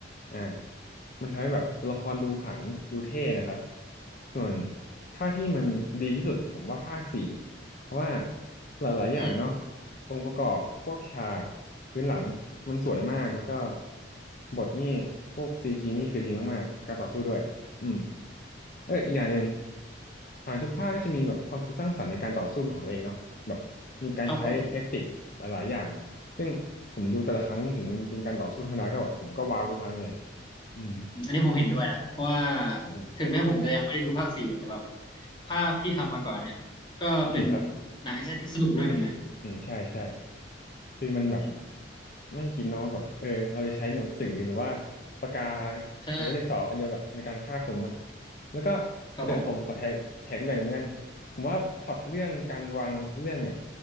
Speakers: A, on the left; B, on the left.
A: อ่ามันทำให้แบบตัวละครดูขลังดูเท่นะครับส่วนภาคที่มันดีที่สุดผมว่าภาคสี่ เพราะว่าหลายๆอย่างเนาะ
B: อืม
A: องค์ประกอบพวกฉากพื้นหลังมันสวยมากแล้วก็บทนี่พวกซีจีนี่คือดีมากๆการต่อสู้ด้วยอืมเอออีกอย่างหนึ่งอ่าทุกภาคก็จะมีแบบความคิดสร้างสรรค์ในการต่อสู้ของตัวเองเนาะแบบมีการใช้เทคนิคหลายๆอย่างซึ่งผมดูแต่ละครั้งถึงมันเป็นการต่อสู้ธรรมดาก็แบบผมก็ว้าวทุกครั้งเลย
B: ครับผม
A: อืม
B: อืมอันนี้ผมเห็นด้วยนะเพราะว่า
A: อืม
B: ถึงแม้ผมจะยังไม่ได้ดูภาคสี่เนี่ยแต่แบบภาคที่ทำมาก่อนเนี่ยก็เป็น
A: อืมครับ
B: หนังแอคชั่นที่สนุกเรื่องหนึ่งเลย
A: อืมใช่ใช่คือมันแบบ
B: อืม
A: ไม่คิดเนาะแบบเออเราจะใช้หนังสือหรือว่าปากกา
B: ใช่
A: หรือว่าดินสออันเดียวแบบในการฆ่าคนเนาะแล้วก็เออผมขอแถมแถมอีกอย่างหนึ่งแล้วกันผมว่าพล็อตเรื่องการวางเรื่องเนี่ย
B: ครับผม